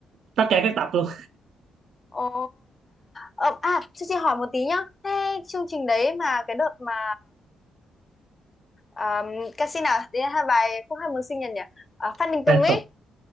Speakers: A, on the right; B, on the left.
A: tất cả các tập luôn
B: ồ ờ, à cho chị hỏi một tí nhá thế chương trình đấy mà cái đợt mà um, ca sĩ nào đấy hai bài không hai mừng sinh nhật nhỉ à, Phan
A: <laughs>
B: Đình
A: liên
B: Tùng ấy
A: tục